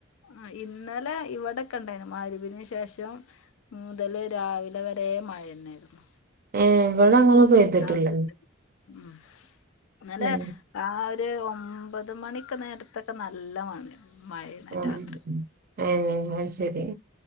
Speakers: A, on the left; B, on the right.
A: ആഹ് ഇന്നലെ ഇവിടെ കണ്ടായിരുന്നു <unintelligible> ശേഷം. മുതല് രാവിലെ വരെ മഴ തന്നെയായിരുന്നു.
B: ഏഹ് ഇവിടെ അങ്ങനെ പെയ്തിട്ടില്ല
A: രാത്രി <unintelligible> മ് ഇന്നലെ
B: ഏ
A: ആ ഒര് ഒമ്പ ത് മണിക്ക് നേരത്തൊക്കെ നല്ല <unintelligible>
B: <unintelligible>
A: രാത്രി
B: എഹ് അത് ശെരി.